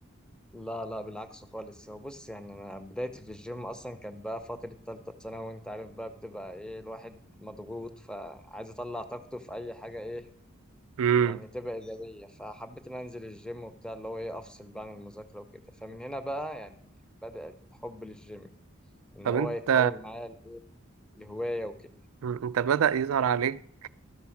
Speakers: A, in the centre; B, on the right (about 80°).
A: لا لا بالعكس خالص هو بص يعني أنا بدايتي في الجيم أصلا كانت بقى فترة تالتة ثانوي وأنت عارف بقى بتبقى إيه الواحد مضغوط فعايز يطلع طاقته في أي حاجة إيه
B: مم.
A: يعني تبقى إيجابية فحبيت إن أنا أنزل الجيم وبتاع اللي هو إيه أفصل بقى عن المذاكرة وكده فمن هنا بقى يعني بدأ الحب للجيم إن
B: طب
A: هو
B: أنت
A: يتحول معايا لإيه لهواية وكده
B: مم. أنت بدأ يظهر عليك